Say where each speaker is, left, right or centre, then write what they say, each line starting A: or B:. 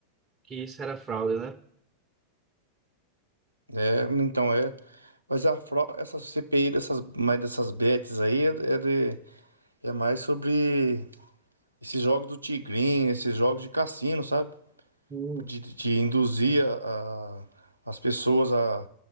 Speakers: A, on the right; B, on the right.
A: que isso era fraude, né?
B: É, então é. Mas a fro- essa CPI dessas, mais dessas bets aí é, é de- é mais sobre esses jogos do Tigrinho, esses jogos de cassino, sabe?
A: Hum,
B: De, de de induzir a- a- as pessoas a,